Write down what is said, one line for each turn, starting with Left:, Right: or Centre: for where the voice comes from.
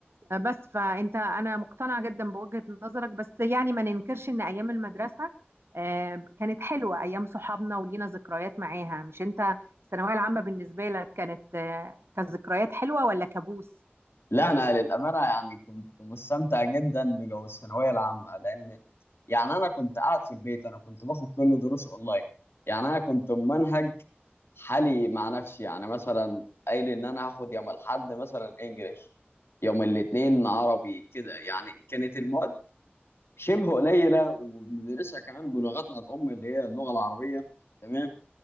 Right: بس فانت انا مقتنعه جدا بوجهه نظرك بس يعني ما ننكرش ان ايام المدرسه آه، كانت حلوه ايام صحابنا ولينا ذكريات معاها مش انت الثانويه العامه بالنسبه لك كانت آه، كذكريات حلوه ولا كابوس
Left: لا أنا للأمانة يعني كنت مستمتع جدا بجو الثانوية العامة لأن يعني أنا كنت قاعد في البيت أنا كنت باخد كل دروسي أونلاين يعني أنا كنت منهج حالي مع نفسي يعني مثلا قايل ان انا هاخد يوم الاحد مثلا انجليش يوم الاثنين عربي كده يعني كانت المواد شبه قليله وبندرسها كمان بلغتنا الام اللي هي اللغه العربيه تمام